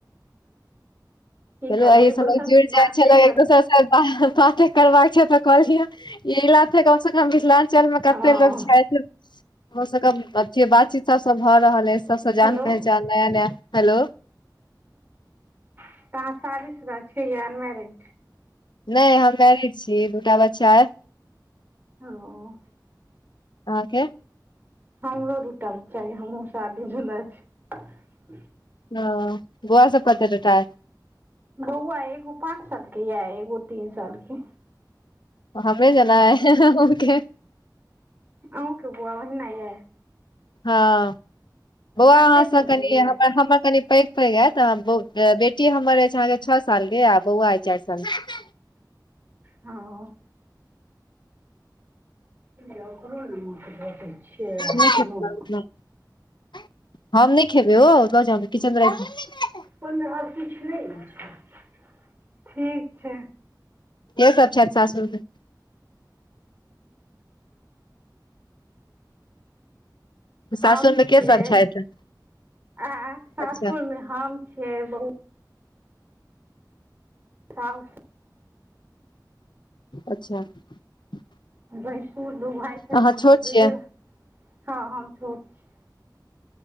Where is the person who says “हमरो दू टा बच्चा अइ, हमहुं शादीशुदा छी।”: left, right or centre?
Right